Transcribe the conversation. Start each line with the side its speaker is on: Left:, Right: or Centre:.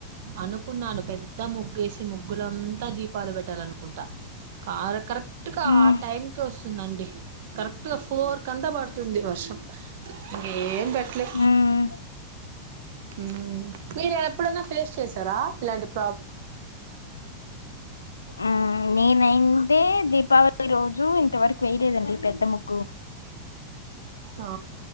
Right: అనుకున్నాను పెద్ద ముగ్గేసి ముగ్గులంతా దీపాలు పెట్టాల అనుకుంటా కార కరెక్ట్ కరెక్ట్ గా
Left: మ్మ్
Right: ఆ టైం కి వస్తుందండి కరెక్ట్ గా ఫోర్ర్ కంతా పడుతుంది వర్షం ఏందండి లే
Left: మ్మ్
Right: ఊ మీరు ఎప్పుడైనా ఫేస్ చేసారా లడుగ్
Left: ఆ నేనైందే దీపావళి రోజు రోజు ఇంత వరకు వేయలేదండి పెద్ద ముగ్గు గ్గు
Right: ఆ